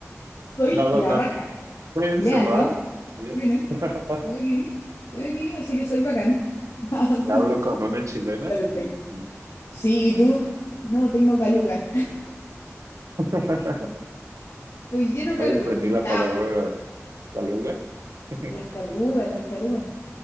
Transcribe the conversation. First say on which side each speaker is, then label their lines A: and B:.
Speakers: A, on the left; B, on the right.
A: soy
B: No hago
A: la
B: nada,
A: raja,
B: estoy encerrado
A: léanlo,
B: bien
A: miren,
B: <laughs>
A: estoy aquí, estoy aquí, así que soy bacán. <laughs> Está
B: Y hablo con una chilena
A: perfecto.
B: y, y-
A: Sí, ¿y tú? No, tengo caluga,
B: <laughs>
A: estoy lleno de
B: hoy
A: caluga,
B: aprendí la
A: chao.
B: palabra taluga. <laughs>
A: Las calugas, las calugas,